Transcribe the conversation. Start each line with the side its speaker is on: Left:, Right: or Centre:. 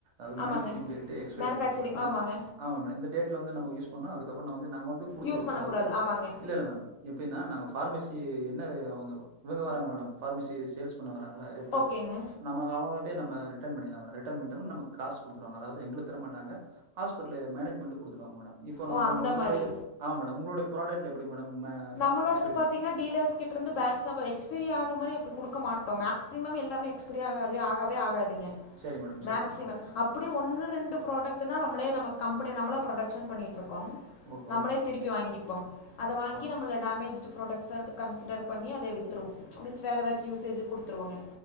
Right: அது
Left: ஆமாங்க
Right: மேனுஃபேக்சரிங் டேட் எக்ஸ்பையரி
Left: மேனுஃபேக்சரிங்
Right: டேட் இருக்கு மேம்
Left: ஆமாங்க
Right: ஆமா மேம் இந்த டேட்ல வந்து நம்ம யூஸ் பண்ணா அதுக்கப்றோ நம் வந்து நாங்க வந்து குடுத்துருவோ
Left: யூஸ் பண்ணக்கூடாது
Right: அதாவது
Left: ஆமாங்க
Right: இல்லல்ல மேம் எப்டினா நாங்க பார்மசி என்ன அவுங்க இவுங்க வராங்க மேடம் பார்மசி சேல்ஸ் பண்ண வராங்கல்ல ரெப்பு
Left: ஓகேங்க
Right: நமக்கு அவுங்கிட்டயே நம்ம ரிட்டன் பண்ணிர்லா மேடம் ரிட்டன் பண்ணிட்டம்னா நமக்கு காசு குடுத்துருவாங்க அதாவது எங்களுக்கு தர மாட்டாங்க ஆஸ்பெட்டல மேனேஜ்மெண்ட்டு குடுத்துருவாங்க மேடம் இப்போ
Left: ஓ
Right: நம்ம
Left: அந்த
Right: உங்களுடைய
Left: மாதிரி
Right: ஆ மேடம் உங்களுடைய ப்ராடெக்ல்லா எப்டி மேடம்
Left: நம்மளோடது
Right: எக்ஸ்பைரி
Left: பாத்தீங்கன்னா
Right: டேட்.
Left: டீலர்ஸ் கிட்ட இருந்து பேச் நம்பர் எக்ஸ்பீரி ஆகற மாரி அப்டி குடுக்க மாட்டோ மேக்ஸிமம் எல்லாமே எக்ஸ்பைரி ஆகாது ஆகவே ஆகாதுங்க
Right: சரி மேடம்,
Left: மேக்ஸிமம்
Right: சரி மேடம்.
Left: அப்டி ஒன்னு ரெண்டு புராடக்ட்னா நம்மளே நம்ம கம்பெனி நம்மளா ப்ரொடக்ஷன் பண்ணிட்டு இருக்கோ
Right: ஓகே,
Left: நம்மளே
Right: ஓகே மேடம்.
Left: திருப்பி வாங்கிப்பங் அத வாங்
Right: அப்
Left: கி நம்மள டேமேஜ்டு ப்ராடக்ட்ஸ் கன்சிடர் பண்ணி அத வித்துருவோ மீன்ஸ் வேற எதாச்சு யூசேஜ்க்கு குடுத்துருவங்க